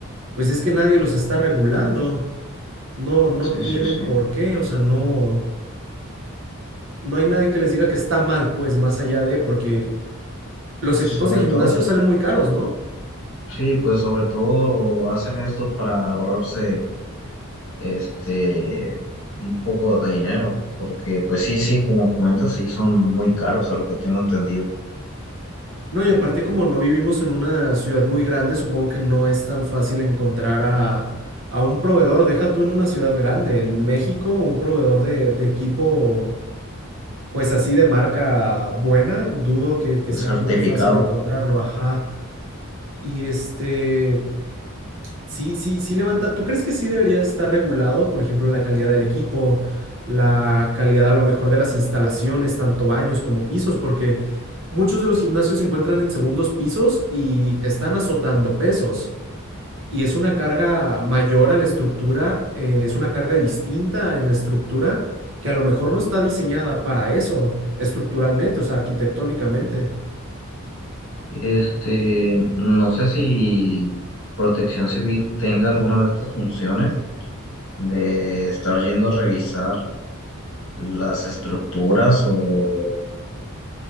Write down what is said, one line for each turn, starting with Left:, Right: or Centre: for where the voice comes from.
Right: pues es que nadie los está regulando. No, no
Left: Sí,
Right: tienen
Left: sí, sí.
Right: por qué, o sea, no. no hay nadie que les diga que está mal, pues más allá de, porque los equipos
Left: Sobre
Right: de gimnasio
Left: todo,
Right: salen muy caros, ¿no?
Left: sí, pues sobre todo hacen esto para ahorrarse. este, un poco de dinero, porque pues sí, sí, como comentas, sí son muy caros a lo que tengo entendido.
Right: No, y aparte como no vivimos en una ciudad muy grande, supongo que no es tan fácil encontrar a, a un proveedor. Deja tú en una ciudad grande, en México, un proveedor de, de equipo, pues así de marca buena, dudo que, que
Left: El
Right: sea
Left: certificado,
Right: muy fácil encontrarlo, ajá. Y este, Sí, sí, sí levanta. ¿Tú crees que sí debería estar regulado, por ejemplo, la calidad del equipo, la calidad a lo mejor de las instalaciones, tanto baños como pisos? Porque muchos de los gimnasios se encuentran en segundos pisos y están azotando pesos. Y es una carga mayor a la estructura, eh, es una carga distinta en la estructura que a lo mejor no está diseñada para eso, estructuralmente, o sea, arquitectónicamente.
Left: este, no sé si Protección Civil tenga alguna de estas funciones de estar yendo a revisar las estructuras o